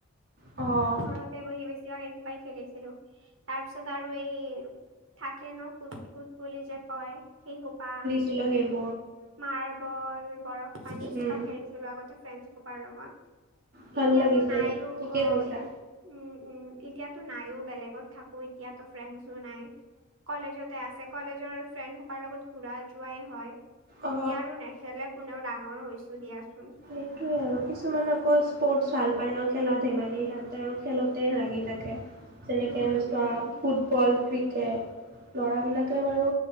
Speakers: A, on the right; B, on the right.
A: অহ
B: ঘৰতে বহি বেছিভাগ এইসোপাই খেলিছিলো তাৰ পিছত আৰু এই থাকেনো। কুট কুট বুলি যে কয়, সেইসোপা।
A: কিলোহ <unintelligible>
B: মাৰ্বল, বৰফ পানী সোপা
A: উম
B: খেলিছিলো আগতে ফ্ৰেনচ হোপাৰ লগত
A: ভাল
B: এতিয়াতো
A: লাগিছিল
B: নাইও
A: ঠিকে
B: অ
A: কৈছা
B: উম, উম এতিয়াতো নাইয়ো বেলেগত থাকো এতিয়াতো ফ্ৰেণ্ডছো নাই। কলেজতে আছে কলেজৰ ফ্ৰেণ্ড হোপাৰ লগত ঘূৰা যোৱাই হয়।
A: অ
B: এতিয়া আৰু নেখেলে কোনেও ডাঙৰ হৈছো দিয়াচোন।
A: সেইটোৱে আৰু কিছুমান আকৌ স্পৰ্টছ ভাল পায় ন খেলা ধেমালি সিহঁতে আৰু খেলতে লাগি থাকে। যেনেকে
B: উম,
A: চোৱা
B: উম,
A: ফুটবল ক্ৰি কেট ল'ৰাবিলাকে বাৰু